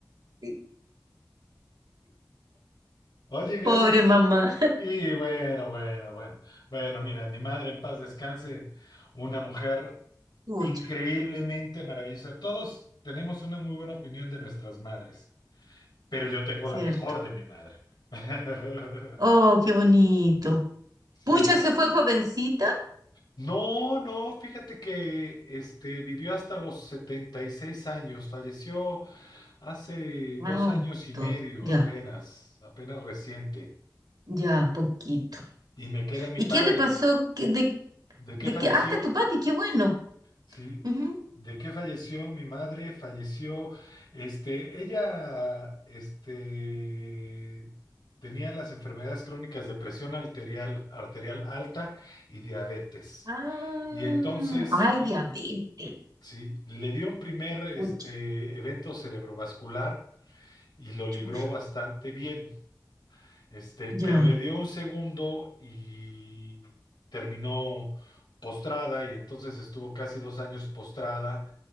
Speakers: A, on the right; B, on the left.
A: <laughs>
B: Oye, Gladys.
A: Pobre mamá.
B: Y bueno, bueno, bueno. Bueno, mira, mi madre en paz descanse, una mujer
A: Pucha,
B: increíblemente maravillosa. Todos tenemos una muy buena opinión de nuestras madres, pero yo tengo
A: cierto.
B: la mejor de mi madre. <laughs>
A: Oh, qué bonito.
B: Sí.
A: Pucha se fue jovencita.
B: No, no, fíjate que este vivió hasta los 76 años, falleció hace
A: Harto.
B: dos años y medio
A: Ya,
B: apenas, apenas reciente.
A: ya, poquito.
B: Y me queda mi
A: ¿Y
B: padre.
A: qué le pasó? ¿Qué- de,
B: ¿De qué
A: de
B: falleció?
A: qué? Ah, está tu papi, qué bueno.
B: Sí.
A: Ujú.
B: ¿De qué falleció mi madre? Falleció, este, ella, este, tenía las enfermedades crónicas de presión arterial, arterial alta y diabetes.
A: Ah,
B: Y entonces,
A: ay,
B: l-
A: diabetes.
B: sí, le dio un primer, este,
A: Pucha,
B: evento cerebrovascular y lo libró
A: churra.
B: bastante bien. Este,
A: Ya,
B: pero le dio un segundo y terminó postrada y entonces estuvo casi dos años postrada